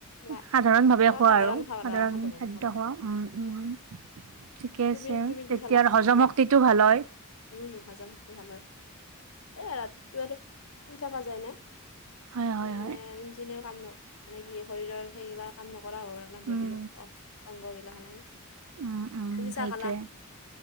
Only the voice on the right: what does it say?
সাধাৰণ ভাৱে
খোৱা
আৰু
সাধাৰণ
খাদ্য
খোৱা উম উম ঠিকে
আছে
তেতিয়া
হজম
শক্তিটো ভাল হয়।
হয় হয়
হয়
উম
উম উম
সেইটোৱে